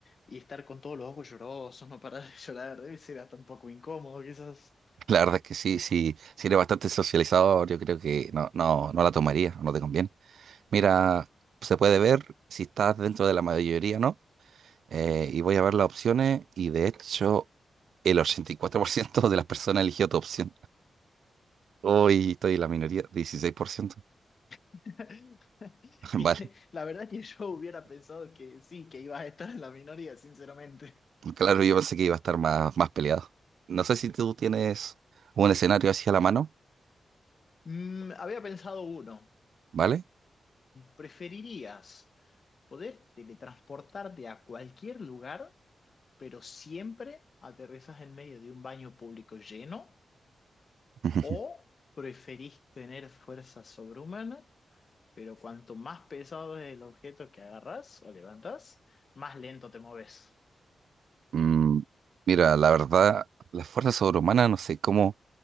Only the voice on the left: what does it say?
y estar con todos los ojos llorosos, no parar de llorar, debe ser hasta un poco incómodo, quizás.
<laughs>
Y
la verdad que yo hubiera pensado que sí, que ibas a estar en la minoría, sinceramente.
Mm, había pensado uno.
¿Preferirías poder teletransportarte a cualquier lugar, pero siempre aterrizas en medio de un baño público lleno?
¿O preferís tener fuerza sobrehumana, pero cuanto más pesado es el objeto que agarras o levantas, más lento te moves?